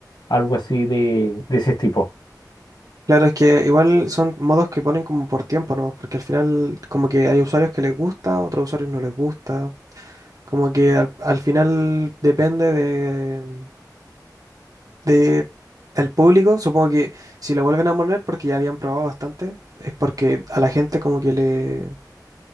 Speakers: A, on the left; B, on the right.
A: algo así de, de ese tipo.
B: Claro, es que igual son modos que ponen como por tiempo, ¿no? Porque al final como que hay usuarios que les gusta, otros usuarios no les gusta. Como que al, al final depende de, de el público. Supongo que si lo vuelven a poner, porque ya habían probado bastante, es porque a la gente como que le,